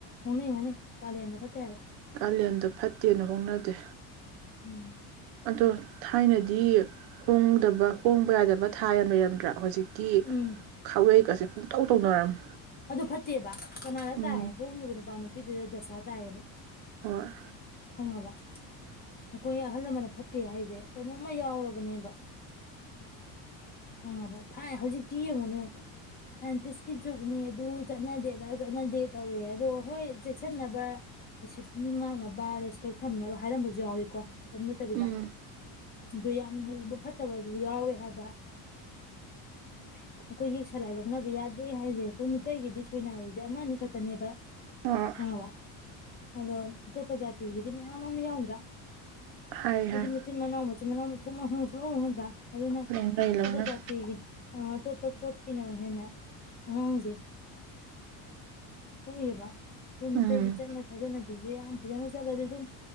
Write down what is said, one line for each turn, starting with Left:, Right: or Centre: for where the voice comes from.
Left: ꯍꯨꯅꯦ ꯍꯨꯅꯦ ꯀꯥꯂꯤꯌꯥꯦꯟꯗ ꯐꯠꯇꯕ
Right: ꯀꯥꯂꯦꯟꯗ ꯐꯠꯇꯦꯅ ꯍꯣꯡꯅꯗꯦ
Left: ꯎꯝ
Right: ꯑꯗꯣ ꯊꯥꯏꯅꯗꯤ ꯍꯣꯡꯗꯕ ꯍꯣꯡꯕ ꯌꯥꯗꯕ ꯊꯥ ꯌꯥꯝꯟ ꯂꯩ ꯂꯩꯔꯝꯗ꯭ꯔꯥ ꯍꯧꯖꯤꯛꯇ ꯀ
Left: ꯎꯝ
Right: ꯈꯥꯎꯦ ꯀꯁꯦ ꯇꯧ ꯇꯧꯅꯔꯝꯃꯦ
Left: ꯑꯗꯨ ꯐꯠꯇꯦꯕ ꯀꯅꯥꯅ
Right: ꯎꯝ
Left: ꯇꯥꯏꯌꯦ ꯍꯣꯡꯉꯤꯕ ꯅꯨꯄꯥ ꯅꯨꯄꯤꯗꯨꯗ ꯗꯁꯥ ꯇꯥꯏꯌꯦꯕ
Right: ꯑꯣꯣꯔ
Left: ꯐꯪꯉꯕ ꯅꯈꯣꯏ ꯑꯍꯜ ꯂꯃꯟꯅ ꯐꯠꯇꯦ ꯍꯥꯏꯁꯦ ꯀꯩꯅꯣꯝꯃ ꯌꯥꯎꯔꯕꯅꯦꯕ ꯍꯪꯉꯕ ꯊꯥꯏ ꯍꯧꯖꯤꯛꯇꯤ ꯌꯦꯡꯉꯨꯅꯦ ꯁꯥꯏꯟꯇꯤꯁꯀꯤ ꯖꯨꯛꯅꯦ ꯑꯗꯨ ꯆꯠꯅꯗꯦꯗ ꯆꯠꯅꯗꯦ ꯇꯧꯋꯦ ꯑꯗꯣ ꯍꯣꯏ ꯆꯦꯛꯁꯤꯟꯅꯕ ꯗꯤꯁꯤꯄ꯭ꯂꯤꯟ ꯉꯥꯛꯅꯕ ꯔꯦꯁꯄꯦꯛ ꯊꯝꯅꯕ ꯍꯥꯏꯔꯝꯕꯁꯨ ꯌꯥꯎꯏꯤꯀꯣ ꯀꯝ ꯆꯕꯤꯗ
Right: ꯎꯝ
Left: ꯑꯗꯨ ꯌꯥꯝ ꯂꯨꯕ ꯐꯠꯇꯕꯁꯨ ꯌꯥꯎꯋꯦ ꯍꯥꯏꯕ ꯑꯩꯈꯣꯏ ꯍ ꯁꯂꯥꯏ ꯂꯧꯅꯕ ꯌꯥꯗꯦ ꯍꯥꯏꯁꯦ ꯑꯩꯈꯣꯏ ꯃꯤꯇꯩꯒꯤꯗꯤ ꯁꯣꯏꯅꯥꯔꯕꯁꯦ ꯑꯃ ꯑꯅꯤ ꯈꯛꯇꯅꯦꯕ
Right: ꯍꯣꯏ
Left: ꯍꯣꯏꯕ ꯑꯗꯣ ꯑꯇꯣꯞꯄ ꯖꯥꯇꯤꯒꯤꯗꯤ ꯃꯌꯥꯝ ꯑꯃ ꯌꯥꯎꯕ꯭ꯔꯥ
Right: ꯍꯥꯏ
Left: ꯅꯣꯏꯗꯤ
Right: ꯍꯥꯏ
Left: ꯃꯆꯤꯟ ꯃꯅꯥꯎ ꯃꯆꯤꯟ ꯃꯥꯅꯥꯎ <unintelligible> ꯑꯗꯨꯗꯅ
Right: ꯂꯧꯅꯩ
Left: ꯁꯕꯖꯥꯇꯤ
Right: ꯂꯧꯅꯩ
Left: ꯑꯇꯣꯞꯄ ꯄꯣꯠꯀꯤꯅ ꯍꯦꯟꯅ ꯑꯉꯥꯡꯁꯦ ꯄꯣꯛꯑꯦꯕ ꯑꯩꯈꯣꯏ ꯃꯤꯇꯩꯒꯤ
Right: ꯎꯝ
Left: ꯆꯠꯅ ꯁꯥꯥꯖꯅꯕꯤꯁꯦ ꯌꯥꯝ ꯐꯖꯅ ꯆꯠꯂꯗꯤ ꯑꯗꯨꯝ